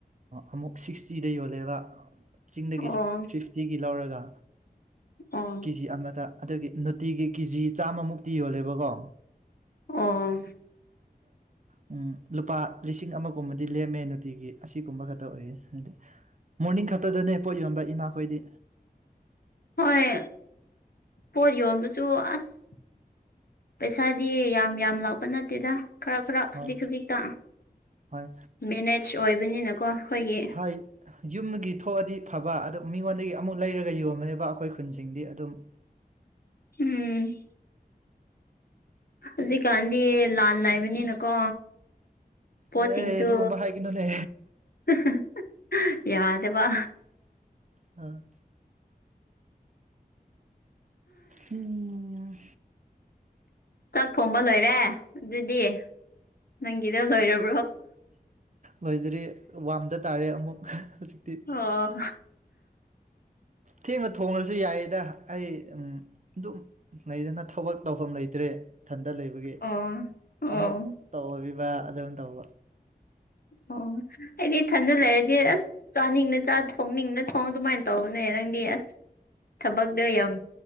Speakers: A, on the right (about 50°); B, on the left (about 70°).
A: ꯑꯃꯨꯛ ꯁꯤꯛꯁꯇꯤꯗ ꯌꯣꯜꯂꯦꯕ ꯆꯤꯡꯗꯒꯤ
B: ꯑꯣ
A: ꯐꯤꯐꯇꯤꯒꯤ ꯂꯧꯔꯒ
B: ꯑꯣ
A: ꯀꯦ ꯖꯤ ꯑꯃꯗ ꯑꯗꯨꯒꯤ ꯅꯨꯇꯤꯒꯤ ꯀꯤꯖꯤ ꯆꯥꯝꯃꯃꯨꯛꯇꯤ ꯌꯣꯜꯂꯦꯕꯀꯣ
B: ꯑꯣ
A: ꯎꯝ ꯂꯨꯄꯥ ꯂꯤꯁꯤꯡ ꯑꯃꯒꯨꯝꯕꯗꯤ ꯂꯦꯝꯃꯦ ꯅꯨꯡꯇꯤꯒꯤ ꯑꯁꯤꯒꯨꯝꯕ ꯈꯛꯇ ꯑꯣꯏꯌꯦ ꯍꯥꯏꯗꯤ ꯃꯣꯔꯅꯤꯡ ꯈꯛꯇꯗꯅꯦ ꯄꯣꯠ ꯌꯣꯟꯕ ꯏꯃꯥꯈꯣꯏꯗꯤ
B: ꯍꯣꯏ ꯄꯣꯠ ꯌꯣꯟꯕꯁꯨ ꯑꯁ ꯄꯩꯁꯥꯗꯤ ꯌꯥꯝ ꯌꯥꯝ ꯂꯥꯛꯄ ꯅꯠꯇꯦꯗ ꯈꯔ ꯈꯔ ꯈꯖꯤꯛ
A: ꯍꯣꯏ
B: ꯈꯖꯤꯛꯇ
A: ꯍꯣꯏ
B: ꯃꯦꯅꯦꯖ ꯑꯣꯏꯕꯅꯤꯅꯀꯣ ꯑꯩꯈꯣꯏꯒꯤ
A: ꯍꯣꯏ ꯌꯨꯝꯗꯒꯤ ꯊꯣꯛꯑꯗꯤ ꯐꯕ ꯑꯗꯨ ꯃꯤꯉꯣꯟꯗꯒꯤ ꯑꯃꯨꯛ ꯂꯩꯔꯒ ꯌꯣꯟꯕꯅꯦꯕ ꯑꯩꯈꯣꯏ ꯈꯨꯟꯁꯤꯡꯗꯤ ꯑꯗꯨꯝ
B: ꯎꯝ ꯍꯧꯖꯤꯛꯀꯥꯟꯗꯤ
A: ꯑꯗꯨꯝ
B: ꯂꯥꯟ ꯂꯩꯕꯅꯤꯅꯀꯣ ꯄꯣꯠꯁꯤꯡꯁꯨ
A: ꯑꯦ ꯑꯗꯨꯒꯨꯝꯕ ꯍꯥꯏꯒꯅꯨꯅꯦ
B: <unintelligible> ꯌꯥꯗꯕ
A: ꯑ <inaudible> ꯎꯝ
B: ꯆꯥꯛ ꯊꯣꯡꯕ ꯂꯣꯏꯔꯦ ꯑꯗꯨꯗꯤ ꯅꯪꯒꯤꯗ ꯂꯣꯏꯔꯕ
A: ꯂꯣꯏꯗꯔꯤ ꯋꯥꯝꯗ ꯇꯥꯔꯦ ꯑꯃꯨꯛ ꯍꯧꯖꯤꯛꯇꯤ
B: ꯑꯣ
A: ꯊꯦꯡꯅ ꯊꯣꯡꯉꯁꯨ ꯌꯥꯏꯌꯦꯗ ꯑꯩ ꯑꯗꯨꯝ ꯂꯩꯗꯅ ꯊꯕꯛ ꯇꯧꯐꯝ ꯂꯩꯇ꯭ꯔꯦ ꯏꯊꯟꯗ ꯂꯩꯕꯒꯤ
B: ꯑꯣ ꯑꯣ
A: ꯑꯃꯨꯛ ꯇꯧꯕꯤꯕ ꯑꯗꯨꯝ ꯇꯧꯕ
B: ꯑꯣ ꯑꯩꯗꯤ ꯏꯊꯟꯗ ꯂꯩꯔꯗꯤ ꯑꯁ ꯆꯥꯅꯤꯡꯅ ꯆꯥ ꯊꯣꯡꯅꯤꯡꯅ ꯊꯣꯡ ꯑꯗꯨꯃꯥꯏꯅ ꯇꯧꯕꯅꯦ ꯅꯪꯗꯤ ꯑꯁ ꯊꯕꯛꯇꯣ ꯌꯥꯝ